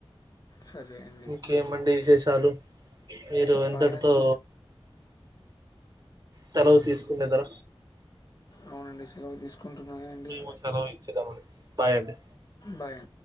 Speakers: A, on the left (about 40°); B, on the right (about 40°).
A: సరే అం
B: ఇంకేమండి విశేషాలు మీరు
A: చెప్పాలండి
B: ఇంతటితో సెలవు తీసుకున్నేదర
A: అవునండి సెలవు తీసుకుంటున్నానండి
B: మేము సెలవు ఇచ్చుదామండి బాయ్ అండి
A: బాయ్